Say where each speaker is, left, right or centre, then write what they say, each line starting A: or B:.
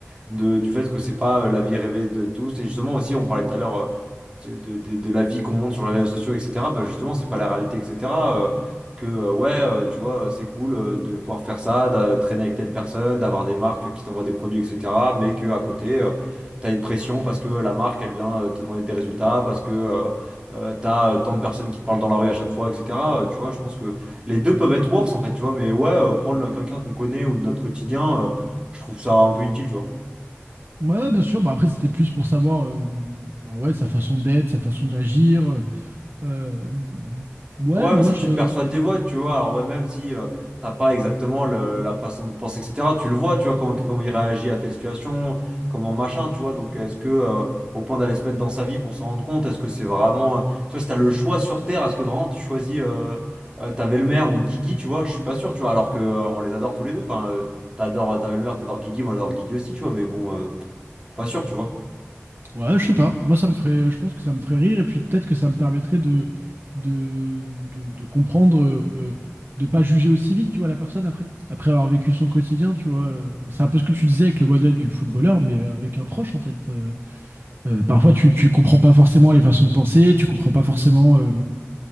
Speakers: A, on the right; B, on the right.
A: de, du fait que c'est pas euh, la vie rêvée de tous. Et justement aussi, on parlait tout à l'heure euh, de, de- de- de la vie qu'on montre sur les réseaux sociaux, etc., bah justement, c'est pas la réalité, etc. euh, que, euh, ouais, euh, tu vois, c'est cool euh, de pouvoir faire ça, de traîner avec telle personne, d'avoir des marques qui t'envoient des produits, etc. Mais que à côté, euh, t'as une pression parce que la marque, elle vient euh, te demander des résultats, parce que euh, euh, t'as euh, tant de personnes qui te parlent dans la rue à chaque fois, etc. Euh, tu vois, je pense que les deux peuvent être worse, en fait, tu vois, mais ouais, euh, prendre quelqu'un qu'on connaît ou de notre quotidien, euh, je trouve ça un peu inutile, tu vois.
B: Ouais, bien sûr. Bah après, c'était plus pour savoir, euh, bah ouais, sa façon d'être, sa façon d'agir. euh, euh, ouais,
A: Ouais,
B: moi
A: mais ça,
B: je,
A: tu le perçois des voix, tu vois. Alors, ouais, même si euh, t'as pas exactement le- la façon de penser, etc., tu le vois, tu vois, comment, comment il réagit à telle situation, comment machin, tu vois. Donc, est-ce que, euh, au point d'aller se mettre dans sa vie pour s'en rendre compte, est-ce que c'est vraiment. euh, Tu vois, si t'as le choix sur Terre, est-ce que vraiment tu choisis euh, euh, ta belle-mère ou Guigui, tu vois, je suis pas sûr, tu vois. Alors que euh, on les adore tous les deux. Enfin, euh, t'adores euh, ta belle-mère, t'adores Guigui, moi j'adore Guigui aussi, tu vois, mais bon, euh, pas sûr, tu vois.
B: Ouais, je sais pas. Moi, ça me ferait, je pense que ça me ferait rire et puis peut-être que ça me permettrait de, de, de, de comprendre, euh, de pas juger aussi vite, tu vois, la personne après. Après avoir vécu son quotidien, tu vois. euh, C'est un peu ce que tu disais avec le modèle du footballeur, mais euh, avec un proche en fait. Euh, euh, parfois, tu, tu comprends pas forcément les façons de penser, tu comprends pas forcément. euh,